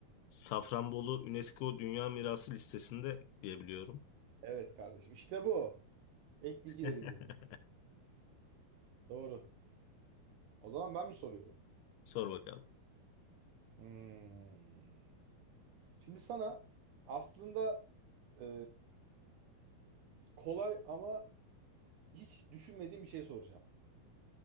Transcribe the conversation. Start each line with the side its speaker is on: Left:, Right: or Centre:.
Left: Safranbolu UNESCO Dünya Mirası listesinde diyebiliyorum.
Right: Evet kardeşim İşte bu. Ek bilgi
Left: <laughs>
Right: vereyim dedim. Doğru. O zaman ben mi soruyorum?
Left: Sor bakalım.
Right: Hmm. Şimdi sana aslında e, kolay ama hiç düşünmediğim bir şey soracağım.